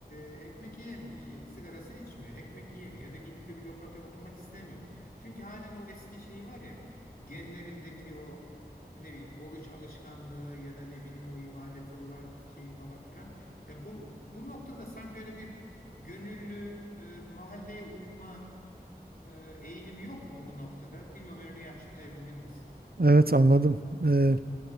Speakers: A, on the left; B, on the right.
A: e, ekmek yiyemiyor, sigarasını içmiyor, ekmek yiyemiyor ya da gidip de bir lokantaya oturmak istemiyor. Çünkü halen o eski şeyi var ya genlerindeki o e, ne bileyim oruç alışkanlığı ya da ne bileyim o ibadete olan şeyi falan filan. Ya bu bu noktada sanki öyle bir gönüllü e, mahalleye uyma e, eğilimi yok mu bu noktada? Bilmiyorum örneği açıklayabildim mi size?
B: Evet anladım. Ee,